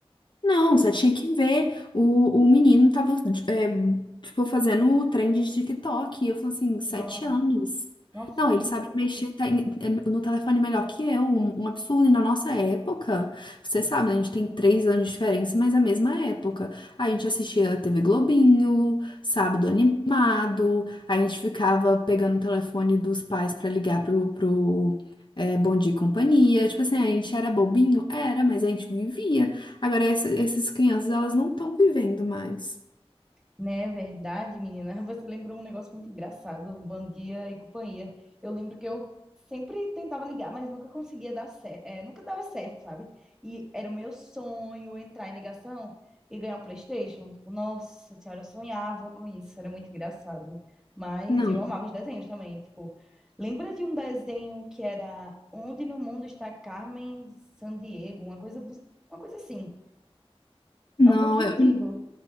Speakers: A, on the left; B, in the centre.
A: Não, você tinha que ver. O, o menino tava, é, tipo, fazendo o trem de TikTok. E eu falei assim, sete
B: Nossa,
A: anos.
B: nossa,
A: Não,
B: pelo
A: ele
B: amor
A: sabe
B: de Deus.
A: mexer te- é, no telefone melhor que eu. Um, um absurdo. E na nossa época, você sabe, né, a gente tem três anos de diferença, mas é a mesma época. A gente assistia TV Globinho, Sábado Animado. A gente ficava pegando o telefone dos pais pra ligar pro, pro, é, Bom Dia e Companhia. Tipo assim, a gente era bobinho? Era, mas a gente vivia. Agora, essa- essas crianças, elas não estão vivendo mais.
B: Né, verdade, menina. <laughs> Você lembrou um negócio muito engraçado, o Bom Dia e Companhia. Eu lembro que eu sempre tentava ligar, mas nunca conseguia dar certo, nunca dava certo, sabe? E era o meu sonho entrar em ligação e ganhar um PlayStation. Tipo, nossa senhora, eu sonhava com isso, era muito engraçado. Mas
A: Não,
B: eu amava os desenhos também, tipo, lembra de um desenho que era Onde no Mundo está Carmen Sandiego, uma coisa do, uma coisa assim.
A: não,
B: É um pouquinho
A: eu,
B: antigo.